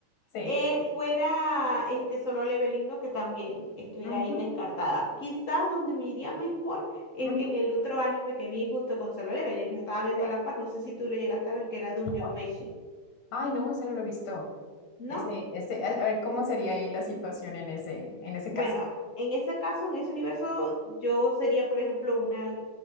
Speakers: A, on the left; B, on the left.
A: Sí.
B: eh, fuera este solo leveling, ¿no? Que también estuviera
A: Ujú,
B: ahí descartada. Quizás donde me iría mejor es
A: ujú,
B: que en el otro anime que vi justo con solo leveling, lo estaba viendo
A: sí.
B: a la par, no sé si tú lo llegaste a ver, que era Dungeon
A: Bueno.
B: Meshi,
A: Ay, no, ese no lo he visto.
B: ¿no?
A: Ese, ese, a, a ver, ¿cómo sería ahí la situación en ese, en ese
B: Bueno,
A: caso?
B: en ese caso, en ese universo, yo sería, por ejemplo, una